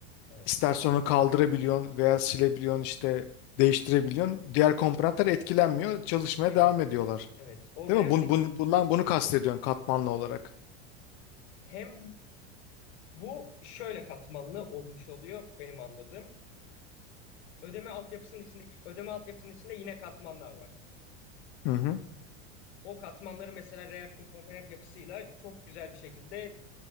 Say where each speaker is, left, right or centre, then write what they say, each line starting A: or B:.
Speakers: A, on the left; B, on the left.
A: Evet.
B: İstersen onu kaldırabiliyorsun veya silebiliyorsun işte değiştirebiliyorsun. Diğer komponentler etkilenmiyor. Çalışmaya
A: Aynen.
B: devam ediyorlar.
A: Evet. O
B: Değil
A: React'teki
B: mi? Bun, bun, bundan bunu kastediyorsun katmanlı olarak.
A: hem bu şöyle katmanlı olmuş oluyor benim anladığım. Ödeme altyapısının içindeki ödeme altyapısının içinde yine katmanlar var.
B: Hı hı.
A: O katmanları mesela React'ın komponent yapısıyla çok güzel bir şekilde